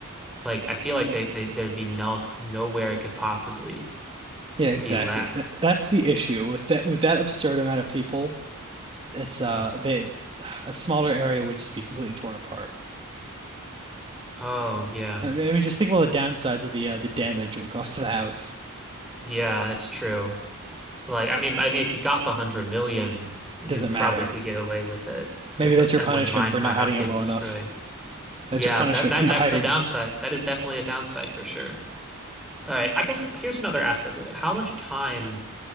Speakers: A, in the centre; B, on the right.
A: Like I feel like they, they, there'd be no, nowhere it could possibly
B: Yeah, exactly.
A: be left.
B: That, that's the issue with that with that absurd amount of people. It's uh they a smaller area would just be completely torn apart.
A: Oh yeah,
B: I mean, I mean, just think about the downsides of the uh, the damage it would cause to the house.
A: yeah, that's true. Like I mean, I mean, if you got the hundred million, you
B: Doesn't
A: probably
B: matter.
A: could get away with it. It
B: Maybe
A: prob-
B: that's your
A: I
B: punishment
A: wouldn't mind
B: for
A: my
B: not
A: house
B: hiding
A: getting
B: it well
A: destroyed.
B: enough.
A: Yeah,
B: That's your punishment
A: that that
B: for not
A: that's
B: hiding.
A: the downside. That is definitely a downside for sure. All right. I guess here's another aspect of it. How much time